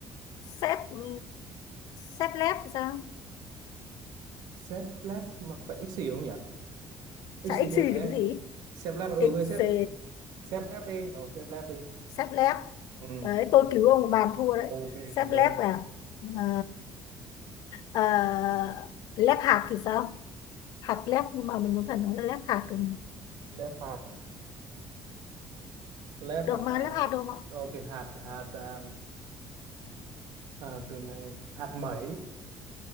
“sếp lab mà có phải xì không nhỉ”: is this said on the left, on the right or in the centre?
Right